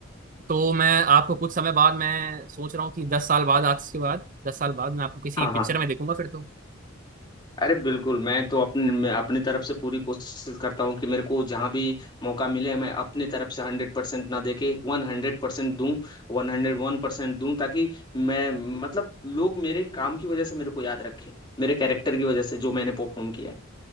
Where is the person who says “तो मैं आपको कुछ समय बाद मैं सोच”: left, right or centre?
Right